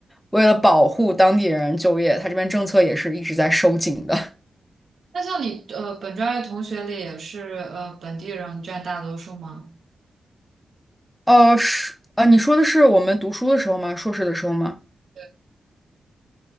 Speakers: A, in the centre; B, on the right (about 65°).
A: 为了保护当地人就业，他这边政策也是一直在收紧的。
B: 那像你呃本专业同学里也是呃本地人占大多数吗？
A: 呃，是，呃，你说的是我们读书的时候吗？硕士的时候吗？
B: 对，